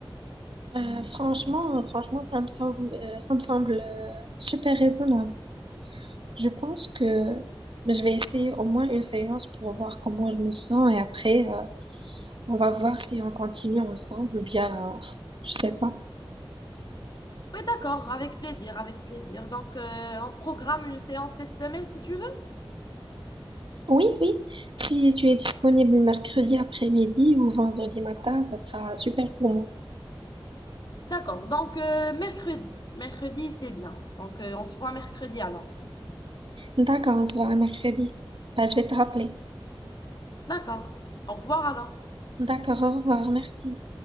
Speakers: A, on the right (about 65°); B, on the left (about 50°).
A: Euh, franchement, franchement, ça me semble, euh, ça me semble euh, super raisonnable. Je pense que je vais essayer au moins une séance pour voir comment je me sens et après, euh, on va voir si on continue ensemble ou bien, euh, je sais pas.
B: Oui, d'accord, avec plaisir, avec plaisir. Donc, euh, on programme une séance cette semaine si tu veux.
A: Oui, oui. Si tu es disponible mercredi après-midi ou vendredi matin, ça sera super pour moi.
B: D'accord. Donc, euh, mercredi. Mercredi, c'est bien. Donc, euh, on se voit mercredi alors.
A: D'accord, on se voit mercredi. Bah, je vais te rappeler.
B: D'accord. Au revoir alors.
A: D'accord, au revoir, merci.